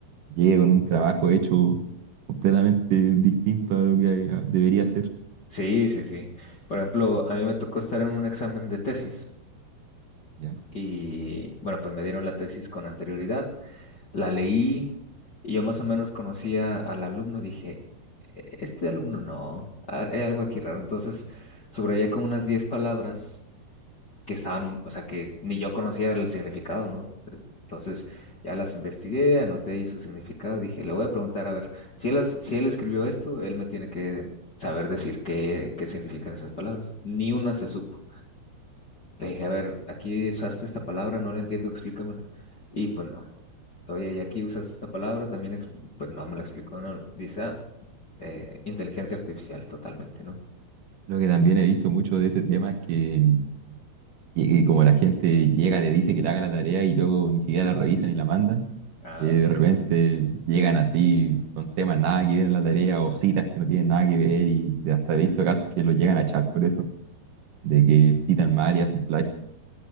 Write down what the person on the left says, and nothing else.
Sí, sí, sí. Por ejemplo, a mí me tocó estar en un examen de tesis
y bueno, pues me dieron la tesis con anterioridad, la leí y yo más o menos conocía al alumno, dije, "E- este alumno no, ha- hay algo aquí raro. Entonces, subrayé como unas 10 palabras que estaban, o sea, que ni yo conocía el significado, ¿no? Entonces ya las investigué, anoté ahí su significado, dije, le voy a preguntar, a ver, si él, las- si él escribió esto, él me tiene que saber decir qué, qué significan esas palabras. Ni una se supo. Le dije, a ver, aquí usaste esta palabra, no la entiendo, explícamela. Y pues no. Oye, y aquí usaste esta palabra, también, ex- pues no me la explicó, no. Dice, ah, eh, inteligencia artificial, totalmente, ¿no?
Ah,
sí.